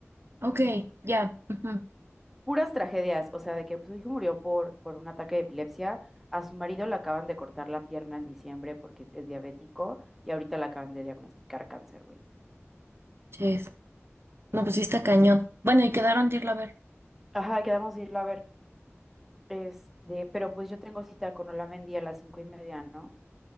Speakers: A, on the right; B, in the centre.
A: Ok, ya. ujú,
B: puras tragedias, o sea, de que su hijo murió por, por un ataque de epilepsia, a su marido le acaban de cortar la pierna en diciembre porque es diabético y ahorita le acaban de diagnosticar cáncer, güey.
A: Ches. No, pues sí está
B: Es como,
A: cañón. Bueno, y quedaron de irla a ver,
B: ajá, quedamos de irlo a ver. Este, pero pues yo tengo cita con Olamendi a las cinco y media, ¿no?